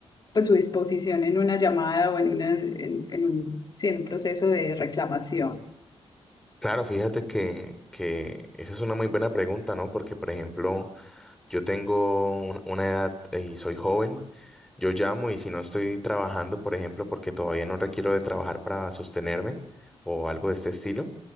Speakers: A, on the left; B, in the centre.
A: pues su disposición en una llamada o en una, en, en un, sí, en un proceso de reclamación.
B: Claro, fíjate que, que esa es una muy buena pregunta, ¿no? Porque, por ejemplo, yo tengo un- una edad eh, y soy joven. Yo llamo y si no estoy trabajando, por ejemplo, porque todavía no requiero de trabajar para sostenerme o algo de este estilo,